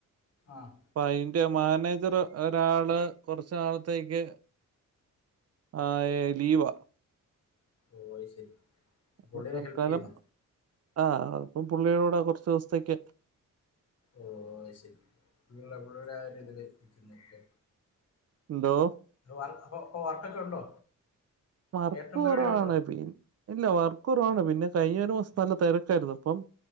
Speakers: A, on the left (about 50°); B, on the right (about 50°).
A: ആഹ്
B: അപ്പൊ അയിന്റെ മാനേജർ ഒരാള് കുറച്ച് നാളത്തേക്ക് ആഹ് ലീവാ
A: ഓയി ശരി
B: അപ്പ
A: പുള്ളിനെ
B: തൽക്കാലം
A: ഹെൽപ്പ് ചെയ്യുന്നോ
B: ആ ഇപ്പം പുള്ളിയൂടെ കുറച്ച് ദിവസത്തേക്ക്
A: ഓ ശരി പിള്ള പിള്ളടെ ആ ഒരു ഇതില് നിക്കുന്നു ഓക്കെ
B: എന്തോ
A: അ അപ്പൊ വർക്ക് ഒകെ ഉണ്ടോ
B: വർക്ക്
A: കേറ്ററിംഗ്
B: കുറവാണ്
A: പരിപാടി ഉണ്ടോ
B: പി ഇല്ല വർക്ക് കുറവാണ് പിന്നെ കഴിഞ്ഞ ഒരു മാസം നല്ല തിരക്കായിരുന്നു അപ്പം